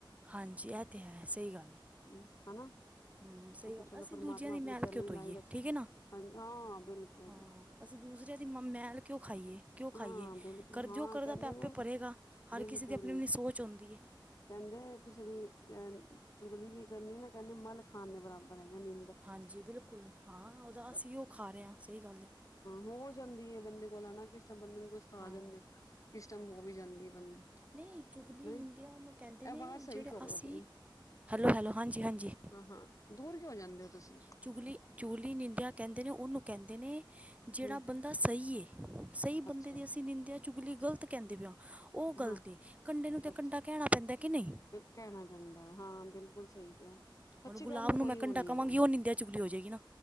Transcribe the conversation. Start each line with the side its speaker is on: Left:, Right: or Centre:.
Right: ਹਾਂਜੀ। ਇਹ ਤੇ ਹੈ, ਸਹੀ ਗੱਲ।
Left: ਹੂੰ ਹਨਾ,
Right: ਹੂੰ ਸਹੀ
Left: ਮੈ ਕਿਹਾ
Right: ਗੱਲ
Left: ਚਲੋ,
Right: ਅਸੀਂ
Left: ਪਰਮਾਤਮਾ
Right: ਦੂਜਿਆਂ ਦੀ
Left: ਆਪਣੇ
Right: ਮੈਲ
Left: ਚਰਨੀ
Right: ਕਿਉਂ ਧੋਈਏ
Left: ਲਾਈ ਰੱਖੇ।
Right: ਠੀਕ ਹੈ ਨਾ
Left: ਹਾਂਜੀ। ਹਾਂ ਬਿਲਕੁਲ,
Right: ਹਾਂ ਅਸੀਂ ਦੂਸਰਿਆਂ ਦੀ ਮ ਮੈਲ ਕਿਉਂ ਖਾਈਏ ਕਿਉਂ
Left: ਹਾਂ
Right: ਖਾਈਏ
Left: ਬਿਲਕੁਲ।
Right: ਕਰ
Left: ਹਾਂ।
Right: ਜੋ ਕਰਦਾ
Left: ਕਹਿੰਦੇ
Right: ਪਿਆ ਆਪੇ
Left: ਨੇ,
Right: ਭਰੇਗਾ ਹਰ
Left: ਬਿਲਕੁਲ।
Right: ਕਿਸੇ ਦੀ ਆਪਣੀ ਆਪਣੀ ਸੋਚ ਹੁੰਦੀ ਹੈ
Left: ਕਹਿੰਦੇ ਕਿਸੇ ਦੀ, ਅਹ ਚੁਗਲੀ ਵੀ ਕਰਨੀ ਨਾ। ਕਹਿੰਦੇ ਮਲ ਖਾਨ ਦੇ, ਬਰਾਬਰ ਹੈਗਾ ਨੀ।
Right: ਹਾਂਜੀ ਬਿਲਕੁਲ ਹਾਂ ਉਹਦਾ ਅਸੀਂ
Left: ਹਾਂ।
Right: ਉਹ ਖਾ ਰਹੇ ਹਾਂ ਸਹੀ ਗੱਲ ਹੈ
Left: ਹੋ ਜਾਂਦੀ ਹੈ, ਬੰਦੇ ਕੋਲ ਆ। ਨਾ ਕਿਸ ਬੰਦੇ ਨੂੰ ਕੁਛ, ਸ ਆ
Right: ਹਾਂ
Left: ਜਾਂਦਾ। ਕਿਸ ਟਾਈਮ ਹੋ ਵੀ, ਜਾਂਦੀ ਹੈ ਬੰਦੇ
Right: ਨਹੀਂ-ਨਹੀਂ, ਚੁਗਲੀ
Left: ਨਹੀਂ
Right: ਨਿੰਦਿਆ ਉਹਨੂੰ ਕਹਿੰਦੇ ਨੇ।
Left: ਆਵਾਜ਼ ਸਹੀ
Right: ਜਿਹੜੇ
Left: ਕਰੋ
Right: ਅਸੀਂ,
Left: ਆਪਣੀ
Right: ਹੈਲੋ- ਹੈਲੋ, ਹਾਂਜੀ- ਹਾਂਜੀ।
Left: ਹਾਂ- ਹਾਂ। ਦੂਰ ਕਿਉਂ ਹੋ ਜਾਂਦੇ ਹੋ ਤੁਸੀਂ?
Right: ਚੁਗਲੀ। ਚੁਗਲੀ, ਨਿੰਦਿਆ ਕਹਿੰਦੇ ਨੇ। ਉਹਨੂੰ ਕਹਿੰਦੇ ਨੇ ਜਿਹੜਾ
Left: ਹਮ
Right: ਬੰਦਾ ਸਹੀ ਹੈ। ਸਹੀ
Left: ਅੱਛਾ
Right: ਬੰਦੇ ਦੀ ਅਸੀਂ, ਨਿੰਦਿਆ, ਚੁਗਲੀ ਗ਼ਲਤ ਕਹਿੰਦੇ ਪਏ ਹਾਂ। ਉਹ ਗਲਤ
Left: ਹਾਂ
Right: ਏ। ਕੰਡੇ ਨੂੰ ਤੇ, ਕੰਡਾ
Left: ਅੱਛਾ
Right: ਕਹਿਣਾ ਪੈਂਦਾ ਕਿ ਨਹੀਂ?
Left: ਕਹਿਣਾ ਪੈਂਦਾ ਏ। ਹਾਂ, ਬਿਲਕੁਲ ਸਹੀ। ਕਿਹਾ ਸੱਚੀ
Right: ਹੁਣ ਗੁਲਾਬ
Left: ਗੱਲ
Right: ਨੂੰ,
Left: ਕੋਈ
Right: ਮੈਂ ਕੰਡਾ
Left: ਉਹ ਨੀ
Right: ਕਵਾਂਗੀ।
Left: ਹੈ
Right: ਉਹ ਨਿੰਦਿਆ, ਚੁਗਲੀ ਹੋ ਜਾਏਗੀ ਨਾ।